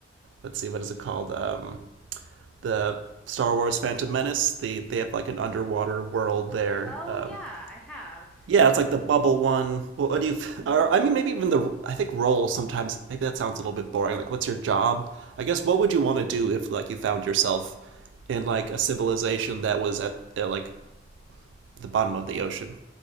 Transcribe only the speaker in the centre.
Oh,
yeah, I have.
hmm